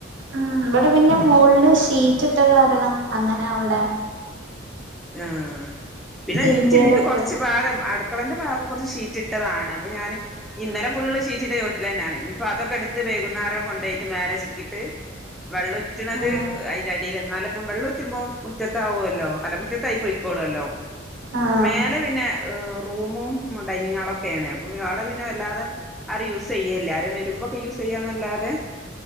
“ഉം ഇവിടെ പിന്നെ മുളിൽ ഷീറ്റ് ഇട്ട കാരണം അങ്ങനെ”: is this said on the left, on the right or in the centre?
Right